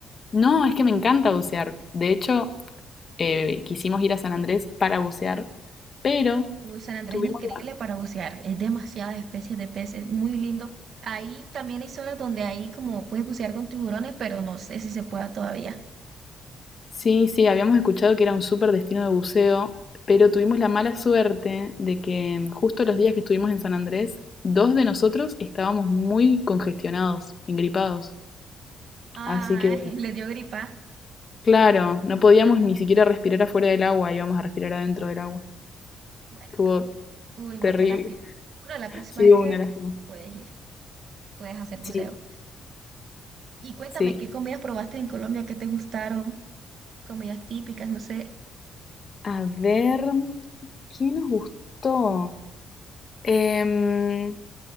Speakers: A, on the left; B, on the right.
A: No, es que me encanta bucear. De hecho, eh, quisimos ir a San Andrés para bucear, pero
B: Uy, San Andrés
A: tuvimos
B: es increíble para bucear, es demasiadas especies de peces, muy lindo. Ahí también hay zonas donde ahí como puedes bucear con tiburones, pero no sé si se pueda todavía.
A: Sí, sí, habíamos escuchado que era un súper destino de buceo, pero tuvimos la mala suerte de que mm, justo los días que estuvimos en San Andrés, dos de nosotros estábamos muy congestionados, engripados. Así
B: Ay,
A: que,
B: <laughs> le dio gripa.
A: claro, no podíamos ni siquiera respirar afuera del agua, íbamos a respirar adentro del agua.
B: Bueno,
A: Estuvo
B: también. Uy, no,
A: terrible.
B: qué lástima. Bueno, la próxima
A: Sí,
B: vez
A: una
B: que vengas,
A: lástima.
B: puedes ir, puedes hacer buceo.
A: Sí,
B: Y cuéntame,
A: sí.
B: ¿qué comidas probaste en Colombia? ¿Qué te gustaron? Comidas típicas, no sé.
A: A ver, ¿qué nos gustó? Em,